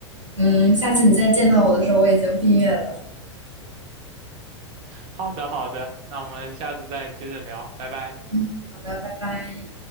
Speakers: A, on the right; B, on the right.
A: 嗯，下次你再见到我的时候，我已经毕业了。
B: 好的，好的，那我们下次再接着聊，拜拜。
A: 嗯，好的，拜拜。